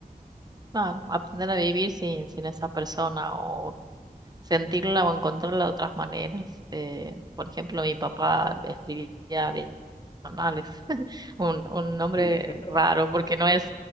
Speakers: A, on the right; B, on the left.
A: Claro, aprender a vivir sin, sin esa persona o sentirla o encontrarla de otras maneras. Eh, por ejemplo, mi papá escribía diarios personales, <laughs> un, un nombre
B: ¿Escribía qué, perdón?
A: raro porque no es,